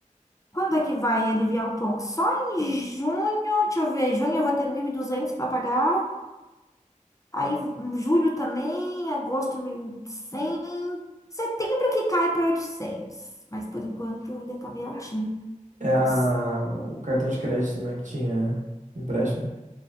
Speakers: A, on the left; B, on the right.
A: Quando é que vai aliviar um pouco? Só em junho, deixa eu ver, junho eu vou ter 1.200 para pagar. Aí, julho também, agosto 1.100. Setembro que cai para 800, mas por enquanto ainda tá meio altinho.
B: É a,
A: Esse,
B: o cartão de crédito, né, que tinha empréstimo.